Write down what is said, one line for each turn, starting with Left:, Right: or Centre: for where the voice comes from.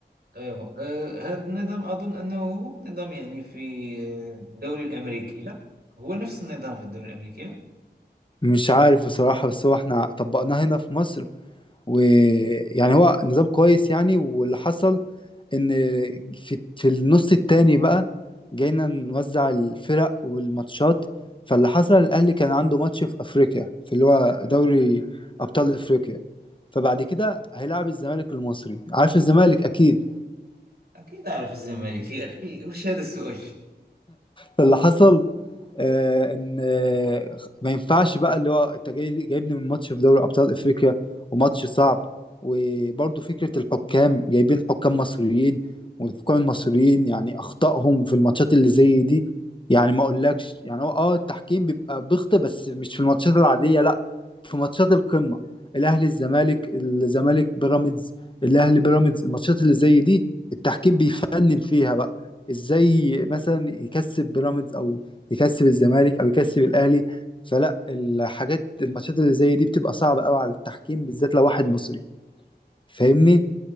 Right: ايوه آه، هذا النظام اظن انه هو نظام يعني في آه، الدوري الامريكي لا هو نفس النظام في الدوري الامريكي لا
Left: مش عارف بصراحة بس هو احنا طبقناه هنا في مصر ويعني هو نظام كويس يعني واللي حصل ان في في النص التاني بقى جينا نوزع الفرق والماتشات فاللي حصل الاهلي كان عنده ماتش في افريقيا في اللي هو دوري ابطال افريقيا فبعد كده هيلاعب الزمالك المصري عارف الزمالك اكيد
Right: اكيد اعرف الزمالك يا اخي <laughs> وش هذا السؤال
Left: فاللي حصل آه، ان آه، ما ينفعش بقى اللي هو انت جاي- جايبني من ماتش في دوري ابطال افريقيا وماتش صعب وبرضه فكره الحكام جايبين حكام مصريين والحكام المصريين يعني اخطائهم في الماتشات اللي زي دي يعني ما اقولكش يعني هو اه التحكيم بيبقى بيخطئ بس مش في الماتشات العاديه لا في ماتشات القمه الاهلي الزمالك الزمالك بيراميدز الاهلي بيراميدز الماتشات اللي زي دي التحكيم بيفنن فيها بقى ازاي مثلا يكسب بيراميدز او يكسب الزمالك او يكسب الاهلي فلا الحاجات الماتشات اللي زي دي بتبقى صعبه قوي على التحكيم بالذات لو واحد مصري فاهمني